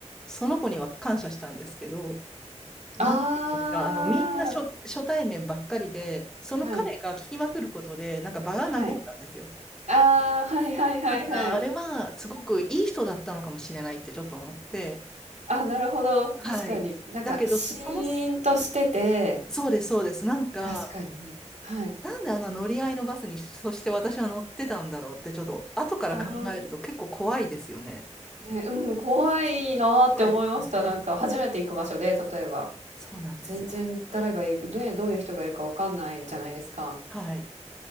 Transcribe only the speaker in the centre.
その子には感謝したんですけど、なんていうんですか、
あの、みんな初、初対面ばっかりで、その彼が聞きまくることで、
なんか場が和んだんですよ。
だから、あれは、すごくいい人だったのかもしれないってちょっと思って、
はい。
だけど、そもそそうです、そうです。なんか、
なんであの乗り合いのバスに、そして私は乗ってたんだろうって、ちょっと後から考えると結構怖いですよね。
怖いですよね。
そうなんですよ。
はい。